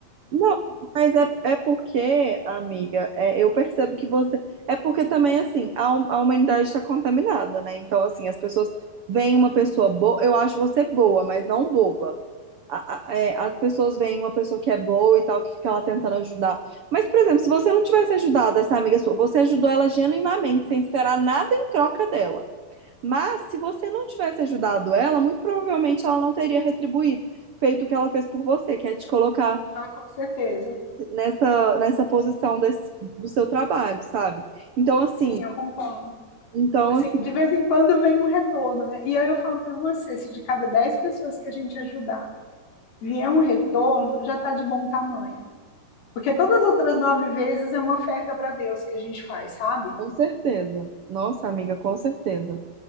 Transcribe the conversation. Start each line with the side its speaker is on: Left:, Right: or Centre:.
Right: Não, mas é, é porque, amiga, é, eu percebo que você. É porque também, assim, a, hum- a humanidade está contaminada, né? Então, assim, as pessoas veem uma pessoa boa. Eu acho você boa, mas não boba. A- a- é, as pessoas veem uma pessoa que é boa e tal, que fica lá tentando ajudar. Mas, por exemplo, se você não tivesse ajudado essa amiga sua, você ajudou ela genuinamente, sem esperar nada em troca dela. Mas, se você não tivesse ajudado ela, muito provavelmente ela não teria retribuído, feito o que ela fez por você, que é te colocar
Left: Ah, com certeza.
Right: nessa, nessa posição desse- do seu trabalho, sabe? Então, assim,
Left: Sim, eu concordo.
Right: então,
Left: Assim,
Right: assim,
Left: de vez em quando vem um retorno, né? E aí eu falo para você, se de cada 10 pessoas que a gente ajudar vier um retorno, já está de bom tamanho. Porque todas as outras nove vezes é uma oferta para Deus que a gente faz, sabe?
Right: com certeza. Nossa, amiga, com certeza.